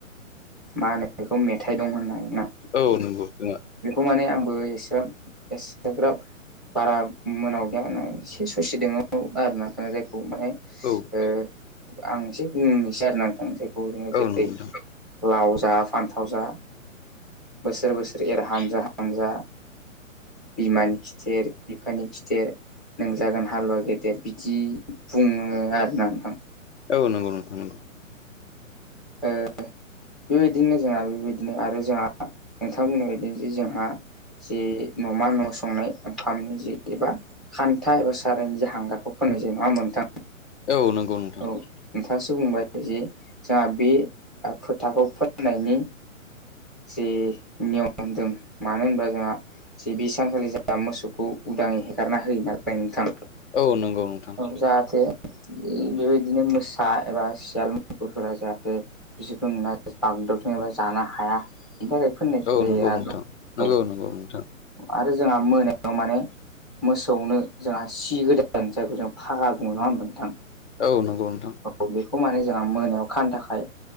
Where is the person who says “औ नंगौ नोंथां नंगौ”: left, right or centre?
Left